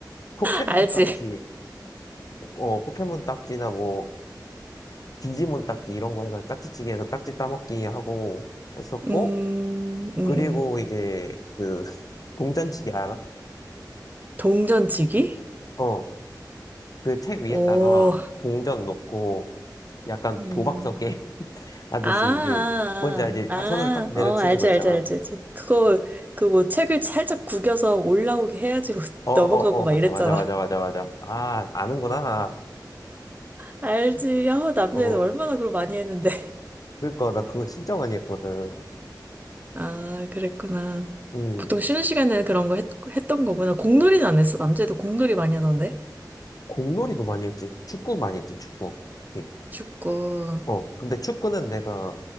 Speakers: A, on the left; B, on the right.
A: 포켓몬
B: 알지?
A: 딱지. 어, 포켓몬 딱지나 뭐, 디지몬 딱지 이런 거 해가지고 딱지찌개에서 딱지 따먹기 하고 했었고,
B: 음, 음, 음.
A: 그리고 이제, 그, <laughs> 동전치기 알아?
B: 동전치기?
A: 어. 그 책 위에다가
B: 오,
A: 동전 놓고 약간
B: 음,
A: 도박성 게임 <laughs> 하듯이
B: 아, 아,
A: 그 뭔지 알지?
B: 아,
A: 한 손으로 딱 내려치는
B: 아, 어, 알지,
A: 거 있잖아.
B: 알지, 알지, 알지. 그거, 그 뭐 책을 살짝 구겨서 올라오게 해야지 <laughs>
A: 어, 어,
B: 넘어가고
A: 어,
B: 막
A: 맞아,
B: 이랬잖아.
A: 맞아, 맞아, 맞아, 맞아. 아, 아는구나.
B: 알지. 아, 남자애들
A: 어,
B: 얼마나 그걸 많이 했는데.
A: 그러니까 나 그거 진짜 많이 했거든.
B: 아, 그랬구나.
A: 음,
B: 보통 쉬는 시간에는 그런 거 했, 했던 거구나. 공놀이는 안 했어? 남자애들 공놀이 많이 하던데?
A: 공놀이도 많이 했지. 축구 많이 했지, 축구. 특히.
B: 축구.
A: 어, 근데 축구는 내가